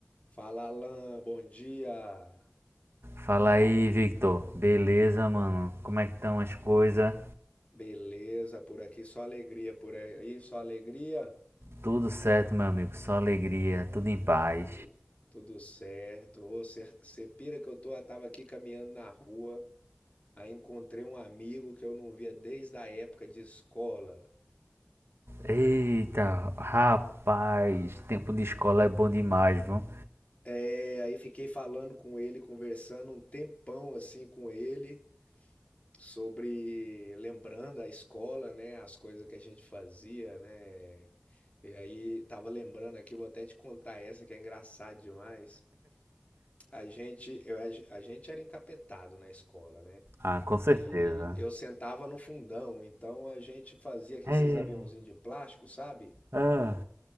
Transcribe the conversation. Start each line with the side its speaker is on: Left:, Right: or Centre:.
Left: Fala, Alan, bom dia.
Right: Fala aí, Victor. Beleza, mano? Como é que estão as coisas?
Left: Beleza, por aqui só alegria, por aí só alegria.
Right: Tudo certo, meu amigo. Só alegria, tudo em paz.
Left: Tudo, tudo certo. Ô, você pira que eu tô, eu tava aqui caminhando na rua, aí encontrei um amigo que eu não via desde a época de escola.
Right: Eita, rapaz, tempo de escola é bom demais, viu?
Left: É, aí fiquei falando com ele, conversando um tempão assim com ele sobre lembrando a escola, né, as coisas que a gente fazia, né, E aí, tava lembrando aqui, vou até te contar essa que é engraçada demais. A gente, eu, a gente era encapetado na escola, né?
Right: Ah, com certeza.
Left: E eu sentava no fundão, então a gente fazia com
Right: Ei,
Left: esses aviãozinhos de plástico, sabe?
Right: ah,